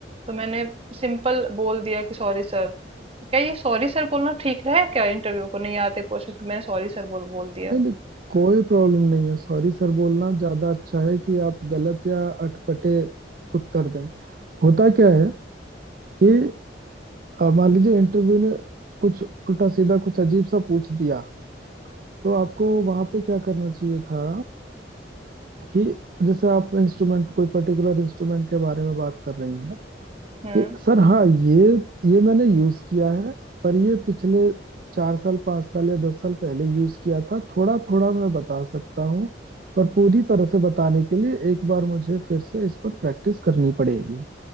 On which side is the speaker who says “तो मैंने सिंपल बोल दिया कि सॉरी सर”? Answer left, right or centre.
Right